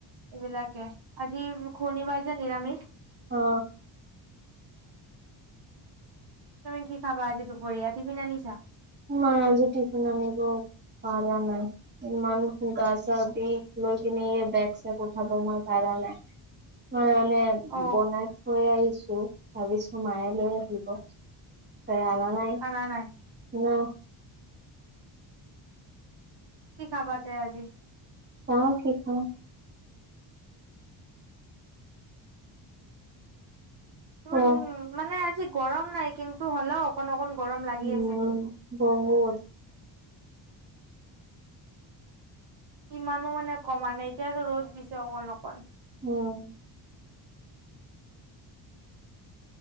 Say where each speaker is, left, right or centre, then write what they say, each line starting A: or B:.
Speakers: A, on the right (about 55°); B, on the right (about 20°).
A: এইবিলাকে আজি শনিবাৰ যে নিৰামিষ
B: অ
A: তুমি কি খাবা আজি দুপৰীয়া তিফিন আনিছা
B: মই আজি তিফিন আনিব পাৰা নাই ইমান গা চা বিষ গৈকিনে বেগ চেগ উঠাব মই পাৰা নাই ম
A: অ
B: বনাই থৈ আহিছোঁ ভাবিছো মায়ে লৈ আহিব ত আনা নাই
A: খানা নাই
B: নাই
A: কি খাবা তে আজি
B: চাওঁ কি খাওঁ খোৱা
A: ম উ মানে গৰম নাই কিন্তু হ'লেও অকণ অকণ গৰম লাগি
B: উম
A: আছে কিন্তু
B: বহুত
A: ইমানো মানে কমা নাই এতিয়াতো ৰ'দ দিছে অকণ অকণ
B: উম